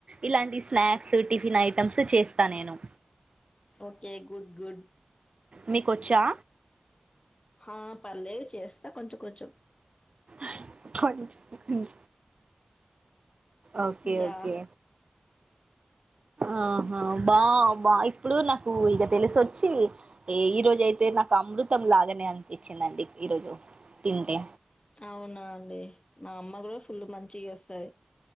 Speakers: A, on the right; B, on the left.
A: ఇలాంటి స్నాక్స్ టిఫిన్ ఐటమ్స్ చేస్తాను నేను.
B: Okay good good.
A: మీకొచ్చా.
B: ఆహ్ పర్లేదు చేస్తా కొంచెం కొంచెం.
A: ఆహ్ కొంచెం కొంచెం. Okay
B: yeah!
A: ఓకే.
B: <inaudible>
A: ఆహా బా బా ఇప్పుడు నాకు ఇంకా తెలిసొచ్చి ఈ రోజు అయితే. నాకు అమృతం లాగానే అనిపించిందండి ఈరోజు తింటే.
B: అవునా అండి మా అమ్మ కూడా ఫుల్ మంచిగా చేస్తది.